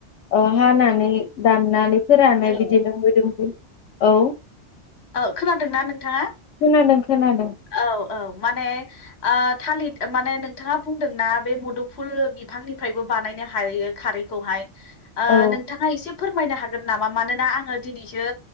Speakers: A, on the left; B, on the left.
A: ओ हानानै दाननानै फोरानो
B: हेल'
A: बिदिनो मोदोमफोर औ
B: औ खोनादोंना नोंथाङा?
A: खोनादों खोनादों
B: औ औ माने ओ थालिरि माने नोंथाङा बुंदोंना बे मुदुमफुल बिफांनिफ्रायबो बानायनो हायो खारैखौहाय। ओ
A: औ
B: नोंथाङा एसे फोरमायनो हागोन नामा मानोना आङो दिनैसो